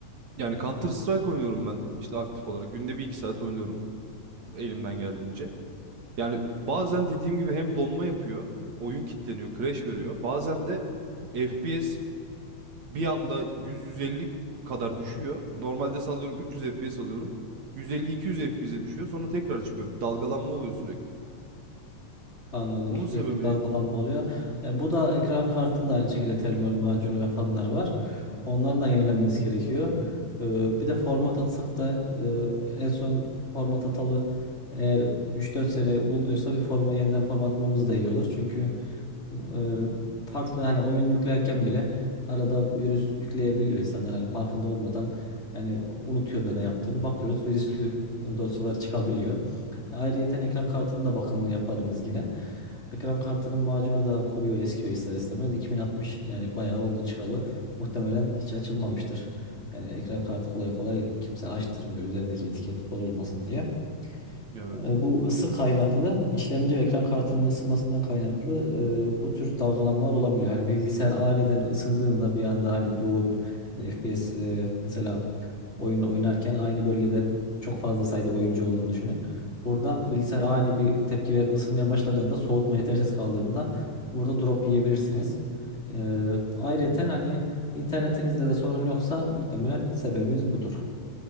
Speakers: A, on the right (about 65°); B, on the left (about 20°).
A: Yani Counter Strike oynuyorum ben işte aktif olarak. Günde bir iki saat oynuyorum elimden geldiğince. Yani bazen dediğim gibi hem donma yapıyor, oyun kilitleniyor, crash veriyor. Bazen de FPS bir anda 100-150 kadar düşüyor. Normalde sallıyorum 300 FPS alıyorum. 150-200 FPS'e düşüyor. Sonra tekrar çıkıyor. Dalgalanma oluyor sürekli.
B: Anladım.
A: Onun
B: Sürekli
A: sebebini...
B: dalgalanma oluyor. E, bu da ekran kartında aynı şekilde termal macunu ve fanları var. Onların da yenilenmesi gerekiyor. E, bir de format atsak da e, en son format atalı eğer üç dört sene bulduysa bir forma yeniden formatlamamız da iyi olur. Çünkü Eee, farklı hani oyun yüklerken bile arada virüs yükleyebiliyor insanlar hani farkında olmadan yani unutuyor da ne yaptığını bakıyoruz virüslü e, dosyalar çıkabiliyor. Ayrıyeten ekran kartının da bakımını yaparım biz yine. Ekran kartının macunu da kuruyor eskiyor ister istemez. 2060 yani bayağı oldu çıkalı. Muhtemelen hiç açılmamıştır. Yani ekran kartı kolay kolay kimse açtırmıyor üzerindeki etiket bozulmasın diye.
A: Evet.
B: E, Bu ısı kaynaklı, işlemci ve ekran kartının ısınmasından kaynaklı e, bu tür dalgalanmalar olabiliyor. Hani bilgisayar aniden ısındığında bir anda hani yoğun hani FPS e, mesela oyun oynarken aynı bölgede çok fazla sayıda oyuncu olduğunu düşünün. Burada bilgisayar ani bir tepki verip ısınmaya başladığında soğutma yetersiz kaldığında burada drop yiyebilirsiniz. E, ayrıca hani internetinizde de sorun yoksa muhtemelen sebebimiz budur.